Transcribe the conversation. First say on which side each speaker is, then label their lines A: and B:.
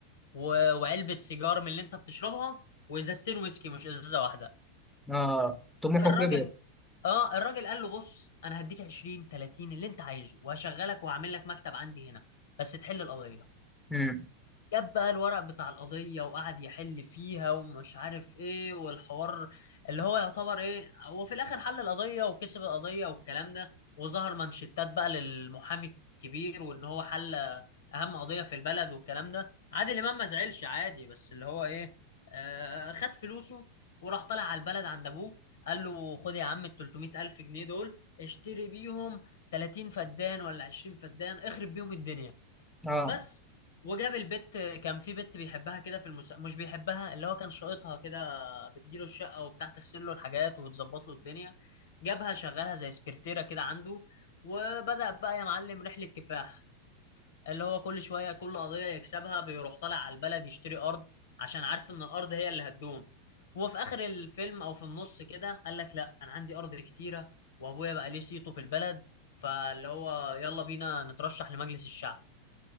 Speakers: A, on the left; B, in the centre.
A: و- وعلبة سيجار من اللي أنت بتشربها وإزازتين ويسكي مش إزازة واحدة
B: آه طموحه
A: الراجل
B: كبر
A: اه الراجل قال له بص انا هديك 20 30 اللي انت عايزه وهشغلك وهعمل لك مكتب عندي هنا بس تحل القضيه
B: امم
A: جاب بقى الورق بتاع القضية وقعد يحل فيها ومش عارف ايه والحوار اللي هو يعتبر ايه هو في الاخر حل القضية وكسب القضية والكلام ده وظهر مانشيتات بقى للمحامي الكبير وان هو حل اهم قضية في البلد والكلام ده عادل امام ما زعلش عادي بس اللي هو ايه آه خد فلوسه وراح طالع على البلد عند ابوه قال له خد يا عم ال 300 الف جنيه دول اشتري بيهم 30 فدان ولا 20 فدان اخرب بيهم الدنيا
B: آه
A: بس وجاب البت كان في بت بيحبها كده في المس... مش بيحبها اللي هو كان شايطها كده بتجيله الشقة وبتاع تغسل له الحاجات وتظبط له الدنيا جابها شغلها زي سكرتيرة كده عنده وبدأ بقى يا معلم رحلة كفاح اللي هو كل شوية كل قضية يكسبها بيروح طالع على البلد يشتري أرض عشان عارف إن الأرض هي اللي هتدوم وفي آخر الفيلم أو في النص كده قال لك لأ أنا عندي أرض كتيرة وأبويا بقى ليه صيته في البلد فاللي هو يلا بينا نترشح لمجلس الشعب